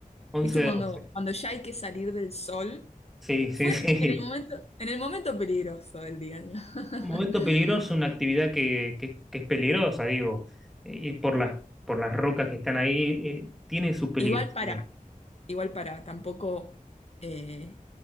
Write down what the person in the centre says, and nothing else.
11
de
12.
Sí, sí,
<laughs> sí.
Un momento peligroso, una actividad que, que- que es peligrosa, digo, y por las, por las rocas que están ahí, eh, tiene su peligrosidad.